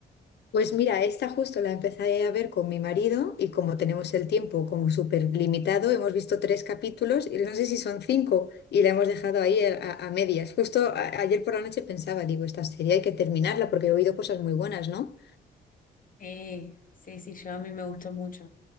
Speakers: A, on the left; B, on the left.
A: Pues mira, esta justo la empecé a ver con mi marido y como tenemos el tiempo como súper limitado, hemos visto tres capítulos y no sé si son cinco y la hemos dejado ahí a, a- a medias. Justo a- ayer por la noche pensaba, digo, esta serie hay que terminarla porque he oído cosas muy buenas, ¿no?
B: Sí, sí, sí, yo a mí me gustó mucho.